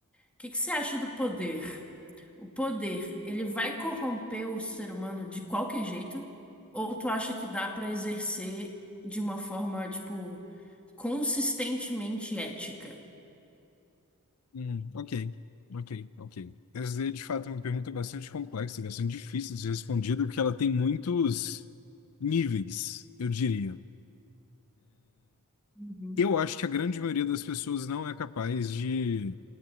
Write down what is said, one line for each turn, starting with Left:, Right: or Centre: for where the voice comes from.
Centre: o que que você acha do poder? O poder, ele vai corromper o ser humano de qualquer jeito? Ou tu acha que dá pra exercer de uma forma, tipo, consistentemente ética?
Left: Hum, ok, ok, ok. Essa é de fato é uma pergunta bastante complexa, e bastante difícil de ser respondida, porque ela tem muitos níveis, eu diria.
Centre: Uhum.
Left: Eu acho que a grande maioria das pessoas não é capaz de,